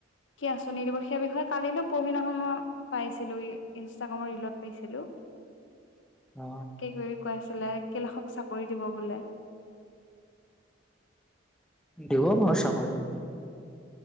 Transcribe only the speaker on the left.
কি আঁচনি দিব সেই বিষয়ে কালি ন পৰহিদিনাখন মই পাইছিলো ই ইনষ্টাগ্ৰামৰ ৰিলত পাইছিলোঁ।
উই কৰাইছিলে কেই লাখক চাকৰি দিব বোলে।